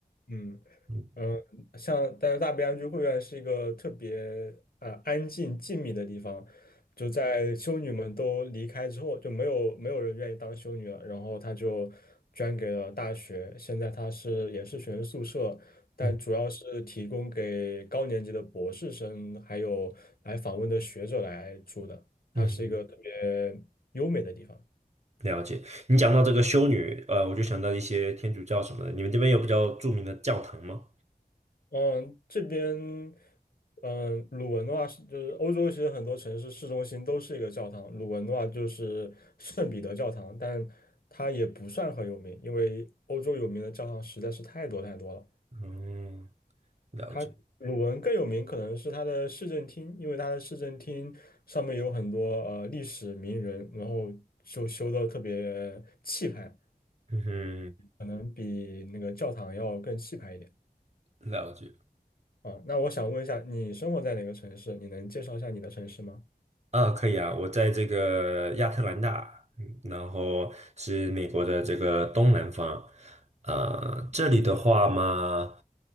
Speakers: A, on the left; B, on the right.
A: 嗯。
B: 嗯
A: 嗯，像但是大悲安居会院是一个特别啊呃安静静谧的地方，就在修女们都离开之后，就没有没有人愿意当修女了，然后她就捐给了大学，现在她是也是学生宿舍，但主要是提供给高年级的博士生还有来访问的学者来住的，
B: 嗯
A: 它是一个特别优美的地方。
B: 嗯嗯，了解。你讲到这个修女，呃，我就想到一些天主教什么的，你们这边有比较著名的教堂吗？
A: 嗯，这边，嗯，鲁文的话是就是欧洲，其实很多城市市中心都是一个教堂。鲁文的话就是圣彼得教堂，但它也不算很有名，因为欧洲有名的教堂实在是太多太多了。
B: 嗯，了解。
A: 它鲁文更有名可能是它的市政厅，因为它的市政厅上面有很多呃历史名人，然后就修的特别气派，
B: 嗯哼，
A: 可能比那个教堂要更气派一点。
B: 了解。
A: 啊，那我想问一下，你生活在哪个城市？你能介绍一下你的城市吗？
B: 啊，可以啊，我在这个亚特兰大，嗯，然后是美国的这个东南方，呃，这里的话嘛，